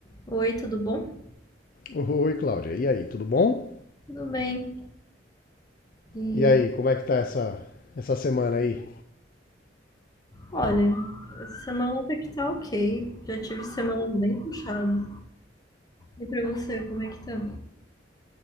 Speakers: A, on the left (about 20°); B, on the left (about 50°).
A: Oi, tudo bom?
B: Oi, Cláudia. E aí, tudo bom?
A: Tudo bem. E
B: E aí, como é que tá essa, essa semana aí?
A: olha, essa semana até que tá ok. Já tive semanas bem puxadas. E pra você, como é que tá?